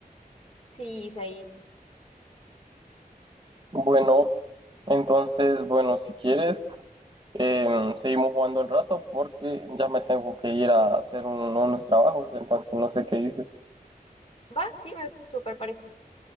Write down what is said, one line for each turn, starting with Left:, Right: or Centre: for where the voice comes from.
Left: sí, Isaí.
Right: Bueno, entonces, bueno, si quieres. Eh, seguimos jugando un rato porque ya me tengo que ir a hacer un- unos trabajos, entonces no sé qué dices.
Left: Va, sí, me súper parece.